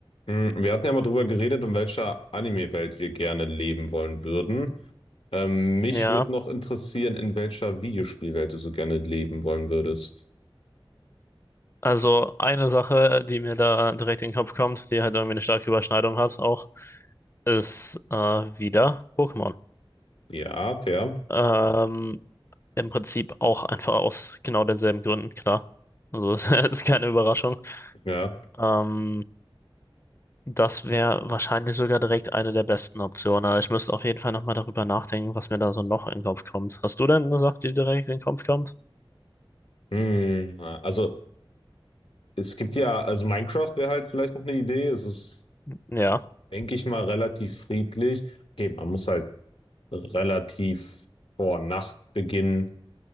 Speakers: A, on the left; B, on the left.
A: Mm, Wir hatten ja mal drüber geredet, in welcher Anime-Welt wir gerne leben wollen würden. Ähm, mich
B: Ja,
A: würde noch interessieren, in welcher Videospielwelt du so gerne leben wollen würdest.
B: also eine Sache, die mir da direkt in den Kopf kommt, die halt irgendwie eine starke Überschneidung hat auch, ist äh, wieder Pokémon.
A: Ja, fair.
B: Ähm, im Prinzip auch einfach aus genau denselben Gründen, klar. Also es <laughs> ist keine Überraschung.
A: Ja.
B: Ähm, das wäre wahrscheinlich sogar direkt eine der besten Optionen. Aber ich müsste auf jeden Fall nochmal darüber nachdenken, was mir da so noch in den Kopf kommt. Hast du denn eine Sache, die direkt in den Kopf kommt?
A: Hm, also, es gibt ja, also Minecraft wäre halt vielleicht noch eine Idee. Es ist,
B: Ja,
A: denke ich mal, relativ friedlich. Okay, man muss halt relativ vor Nachtbeginn